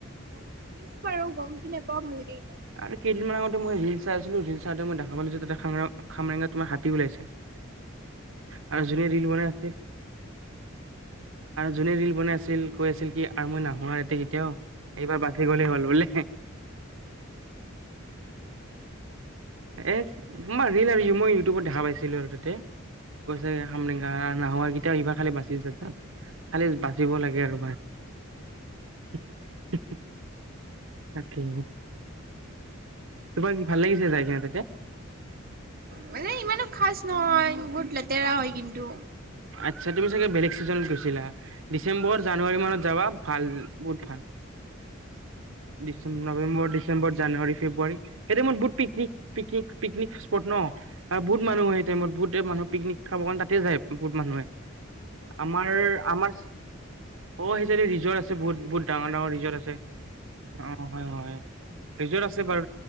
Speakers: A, on the right; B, on the right.
A: শুনিছো বাৰু গমটো নেপাওঁ ভালকে ইমান।
B: আৰু কেইদিনমান আগতে মই ৰিল চাই আছিলো ৰিল চাওঁতে মই দেখা পালো যে ততে খাম খামৰেংঙত তোমাৰ হাতী ওলাইছে। আৰু যোনে ৰিল বনাই আছে। যোনে ৰিল বনাই আছিল কৈ আছিল কি আৰু মই নাহো আৰু ইয়াতে। এইবাৰ বাচি গলেই হ'ল বোলে। এ তোমাৰ ৰিল আৰু মই ইউটিউবত দেখা পাইছো। দেখিলো আৰু তাতে কৈছে খামৰেংঙগা হোৱা আৰু কেতিয়াওঁ এইবাৰ খালি বাচি যাম খালি বাচিব লাগে আৰু বাছ। <inaudible> তাকেই। তোমাৰ কি ভাল লাগিছে জেগাখিনি
A: মানে ইমানো খাচ নহয় বহুত লেটেৰা লেতেৰা হয় কিন্তু।
B: আচ্ছা তুমি চাগে বেলেগ চিজনত গৈছিলা ডিচেম্বৰ জানুৱাৰী মানত। যাবা ভাল বহুত ভাল। ডিচেম, নম্ববৰ ডিচেম্বৰ। জানুৱাৰী ফেব্ৰুৱাৰী সেইটাইমত বহুত পিকনিক, পিকনিক, পিকনিক স্পট ন বহুত মানুহ হয়। সেই টাইমত বহু মানুহ পিকনিক খাব কাৰণে তাতে যায় বহুত মানুহে আমাৰ, আমাৰ অ সেই ৰিজৰ্ট আছে বহুত, বহুত ডাঙৰ, ডাঙৰ ৰিজৰ্ট আছে। অ', হয়, হয়। ৰিজৰ্ট আছে বাৰু